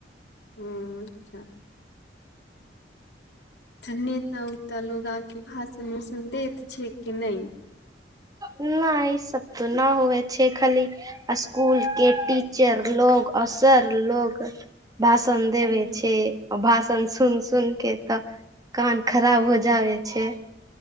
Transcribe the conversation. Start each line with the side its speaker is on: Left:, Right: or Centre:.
Left: ह्म अच्छा तऽ नेता उता लोग आ के भाषण उसन देैत छै कि नहि
Right: नहि ई सब तऽ न हुए छै खाली स्कूल के टीचर लोग असर लोग भाषण देबै
Left: ह
Right: छै ओ भाषण सुन सुन के तऽ कान खराब हो जाबे छै